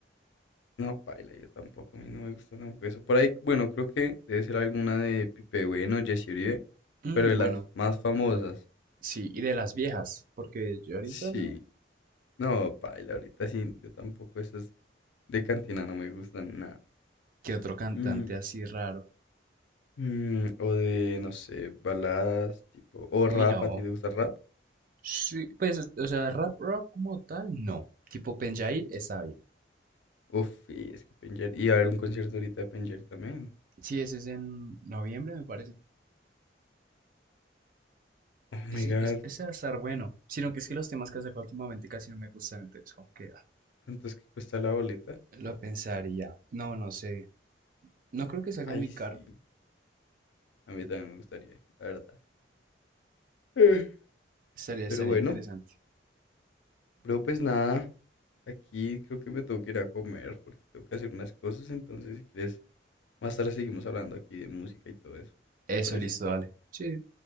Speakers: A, on the left; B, on the right.
A: No, paila, yo tampoco, a mí no me gusta tampoco eso. Por ahí, bueno, creo que debe ser alguna de Pipe Bueno, Jesse Uribe,
B: Mm,
A: pero de las
B: bueno,
A: más famosas.
B: sí, y de las viejas, porque yo ahorita
A: Sí,
B: no.
A: no, paila, ahorita sí, yo tampoco esas de cantina no me gustan nada.
B: ¿Qué otro cantante
A: Mm,
B: así raro?
A: mm, o de, no sé, baladas, tipo, o
B: Uy,
A: rap,
B: no.
A: ¿a ti te gusta el rap?
B: Sí, pues, o sea, rap, rap como tal, no. Tipo Penjair está bien.
A: Uf, y es que Penger, y a ver un concierto ahorita de Penger también.
B: Sí, ese es en noviembre, me parece.
A: Oh my
B: Ese,
A: god,
B: es- ese va a estar bueno. Sino que es que los temas que ha sacado últimamente casi no me gustan, entonces como que ah,
A: ¿cuánto es que cuesta la boleta?
B: lo pensaría. No, no sé. No creo que salga
A: Ay,
B: muy
A: sí,
B: caro.
A: a mí también me gustaría, la verdad. Eh,
B: Estaría, estaría
A: Pero bueno.
B: interesante.
A: pero pues nada, aquí creo que me tengo que ir a comer porque tengo que hacer unas cosas, entonces si quieres, más tarde seguimos hablando aquí de música y todo eso.
B: Eso,
A: ¿Te parece?
B: listo, dale. Sí,